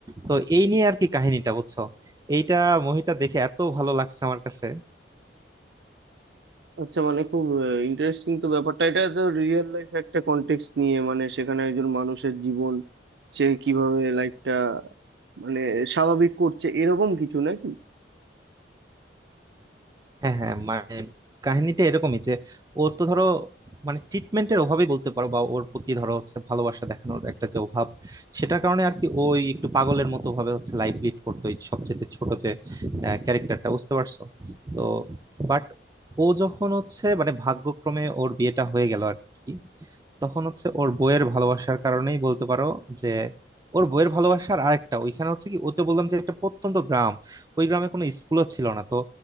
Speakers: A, on the right; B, on the right.
A: তো এই নিয়ে আর কি কাহিনীটা বুঝছো এইটা মুভিটা দেখে এত ভালো লাগছে আমার কাছে
B: আচ্ছা মানে খুব ইন্টারেস্টিং তো ব্যাপারটা এটা তো রিয়েল লাইফ একটা কন্টেক্সট নিয়ে মানে সেখানে একজন মানুষের জীবন সে কিভাবে লাইফটা মানে স্বাভাবিক করছে এরকম কিছু নাকি
A: হ্যাঁ হ্যাঁ মানে কাহিনীটা এরকমই যে ওর তো ধরো মানে ট্রিটমেন্টের অভাবই বলতে পারো বা ওর প্রতি ধরো হচ্ছে ভালোবাসা দেখানোর একটা যে অভাব সেটার কারণে আর কি ওই একটু পাগলের মতো ভাবে হচ্ছে লাইফ লিড করতো ওই সবচেয়ে ছোট যে ক্যারেক্টারটা বুঝতে পারছো তো বাট ও যখন হচ্ছে মানে ভাগ্যক্রমে ওর বিয়েটা হয়ে গেল আর কি তখন হচ্ছে ওর বইয়ের ভালোবাসার কারণেই বলতে পারো যে ওর বইয়ের ভালোবাসার আরেকটা ওইখানে হচ্ছে কি ওতে বললাম যে একটা প্রত্যন্ত গ্রাম ওই গ্রামে কোনো স্কুলও ছিল না তো